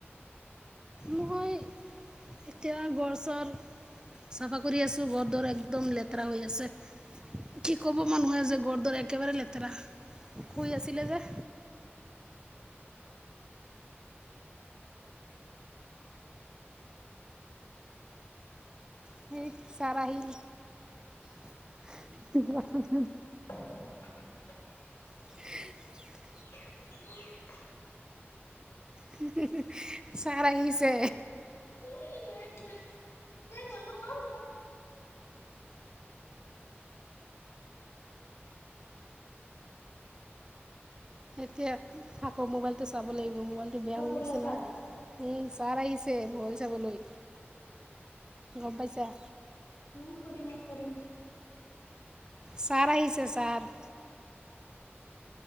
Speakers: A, on the right; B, on the left.
A: মই এতিয়া গৰ চৰ, চাফা কৰি আছো, গৰ দৰ এক একদম লেতেৰা হৈ আছে, কি কব মানুহে যে গৰ দৰে একেবাৰে লেতেৰা, শুই আছিলে যে।
B: <inaudible>
A: সেই চাৰ আহিল। <unintelligible>
B: <inaudible>
A: <inaudible>
B: <inaudible>
A: <unintelligible> চাৰ আহিছে।
B: <unintelligible> <unintelligible>
A: এতিয়া, আকৌ মোবাইলটো চাব লাগিব। মোবাইলটো,
B: কিবা
A: বেয়া হৈ
B: কৰি
A: আছে
B: আছা?
A: নহয়। উম ছাৰ আহিছে মল চাবলৈ গম পাইছা।
B: মই কৰিুমা খৰিম।
A: ছাৰ আহিছে ছাৰ।